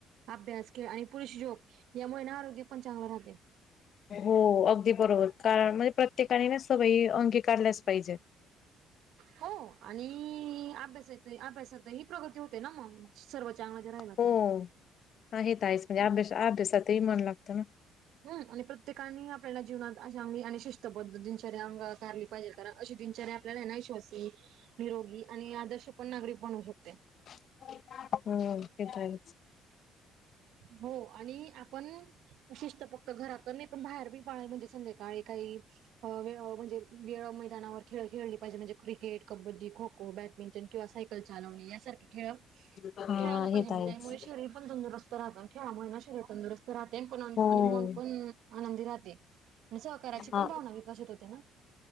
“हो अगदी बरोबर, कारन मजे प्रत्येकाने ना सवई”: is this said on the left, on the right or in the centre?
Left